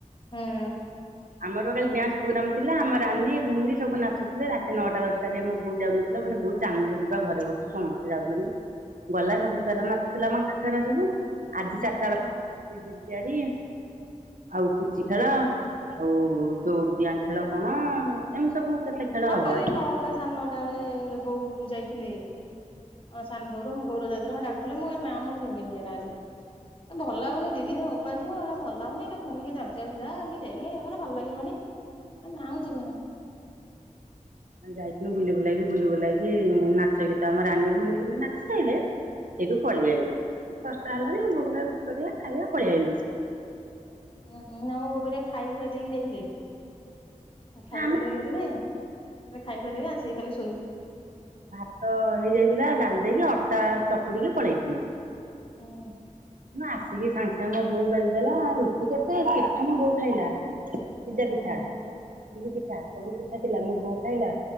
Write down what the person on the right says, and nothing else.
ଆମର କାଲି ଡ୍ୟାନ୍ସ ପ୍ରୋଗ୍ରାମ ଥିଲା ଆମ ରାନୀ ଭୂମି ସବୁ ନାଚୁଥିଲେ ରାତି ନଅଟା ଦଶ ରେ ଆମ ବହୁତ ଯାଉନଥିଲା ମାନେ ବହୁତ ଚାନ୍ଦରେ ଯିବା ଘରେ ବସୁ ସମସ୍ତେ ଯାଉଛନ୍ତି। ଗଲା ସବୁ ଛୁଆ ତ ନାଚୁଥିଲା ଆମ ଗାଁ ଛୁଆ ସବୁ ଆଜି
ଚାରିଟା ବେଳ ିଆରି ଆଉ ପୁଚି ଖେଳ ଆଉ ଦୋଡିଡିିଆ ଖେଳ କଣ ଏମିତି ସବୁ କେତେ ଖେଳ
ହବ
ଆଜି।
ଆ ଯାଇଥିଲୁ ବୁଲି ବୁଲେଇକି ବୁଲି ବୁଲକି ନାଚ ଗୀତ ଆମ ରାନୀ ଭୂମି କେ <unintelligible> ନାଚିଥାାଇଲେ। ସେଇଠୁ ପଳେଇଆଇନୁ। ଦଶଟା ହେଲାଣି ବଗ ରୁଟି କରିବା ଖାଇବା ପଳେଇଆଇନୁ।
ନା ଆମେ
ଭାତ ହେଇଯାଇଥିଲା ଗାଲି ଦେଇକି ଅଟା ଚକୁଡିକି ପଳେଇଥିଲୁ।
ନା ଆସିକି ସାଙ୍ଗ ଆା ମୋ ବୋଉ ବେଲିଦେଲା ରୁଟି କେତେ ପିଠା ମୋ ବୋଉ ଖାଇଲା। ସିଜା
ପିଠାଇଟିଲି ପିଠା ସବୁ ପିଠା ଥିଲା ମୋ ବୋଉ ଖାଇଲା